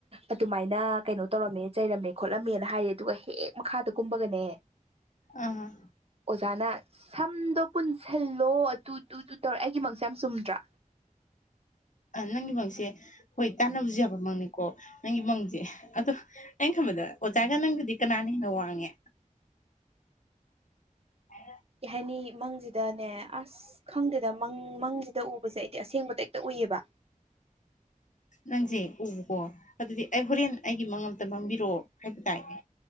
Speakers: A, on the right; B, on the left.
A: ꯑꯗꯨꯃꯥꯏꯅ ꯀꯩꯅꯣ ꯇꯧꯔꯝꯃꯦ ꯆꯩꯔꯝꯃꯦ ꯈꯣꯠꯂꯝꯃꯦꯅ ꯍꯥꯏꯔꯦ ꯑꯗꯨꯒ ꯍꯦꯛ ꯃꯈꯥꯗ ꯀꯨꯝꯕꯒꯅꯦ
B: ꯑ
A: ꯑꯣꯖꯥꯅ ꯁꯝꯗꯣ ꯄꯨꯟꯁꯤꯜꯂꯣ ꯑꯗꯨ ꯇꯨ ꯇꯨ ꯇꯧꯔ ꯑꯩꯒꯤ ꯃꯁꯦ ꯌꯥꯝ ꯆꯨꯝꯗ꯭ꯔꯥ
B: ꯅꯪꯒꯤ ꯃꯪꯁꯦ ꯍꯣꯏ ꯇꯥꯟꯅꯕꯁꯨ ꯌꯥꯕ ꯃꯪꯅꯤꯀꯣ ꯅꯪꯒꯤ ꯃꯪꯁꯦ ꯑꯗꯣ ꯑꯩꯅ ꯈꯕꯗ ꯑꯣꯖꯥꯒ ꯅꯪꯕꯨꯗꯤ ꯀꯅꯥꯅ ꯍꯦꯟꯅ ꯋꯥꯡꯉꯦ ꯍ
A: ꯀꯩ ꯍꯥꯏꯅꯤ ꯃꯪꯁꯤꯗꯅꯦ ꯑꯁ ꯈꯪꯗꯦꯗ ꯃꯪ ꯃꯪꯁꯤꯗ ꯎ ꯑꯩꯣꯏꯁꯦ ꯑꯩꯗꯤ ꯑꯁꯦꯡꯕꯗ ꯍꯦ ꯎꯏꯌꯦꯕ
B: ꯅꯪꯁꯦ ꯎꯕꯀꯣ ꯑꯗꯨꯗꯤ ꯑꯩ ꯍꯣꯔꯦꯟ ꯑꯩꯒꯤ ꯃꯪ ꯑꯝꯇ ꯃꯥꯡꯕꯤꯔꯛꯑꯣ ꯍꯥꯏꯕ ꯇꯥꯏ